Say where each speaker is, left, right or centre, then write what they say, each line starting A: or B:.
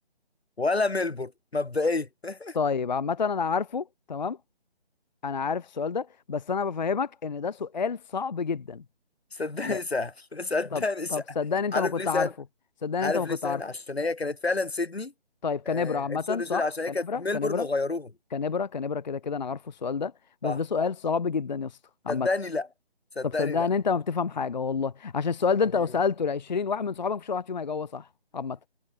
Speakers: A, on the left; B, on the left.
A: ولا ملبورن مبدئيا <laughs>
B: طيب عامة انا عارفه تمام انا عارف السؤال ده بس انا بفهمك ان ده سؤال صعب جدا
A: صدقني
B: لا
A: سهل صدقني
B: طب
A: سهل
B: طب صدقني انت
A: عارف
B: ما كنت
A: ليه سهل
B: عارفه صدقني
A: عارف
B: انت ما كنت
A: ليه سهل
B: عارفه
A: عشان هي كانت فعلا سيدني
B: طيب كنبرة
A: آه...
B: عامة
A: سوري
B: صح
A: سوري عشان هي
B: كنبرة
A: كانت ملبورن
B: كنبرة
A: وغيروهم
B: كنبرة كنبرة كده كده انا عارفه السؤال ده بس
A: صح
B: ده سؤال صعب جدا يا اسطى عامة
A: صدقني لا صدقني
B: طب صدقني
A: لا
B: انت ما بتفهم حاجة والله عشان السؤال ده
A: حبيبي
B: انت لو سألته ل 20 واحد من صحابك مفيش ولا واحد فيهم هيجاوبه صح عامة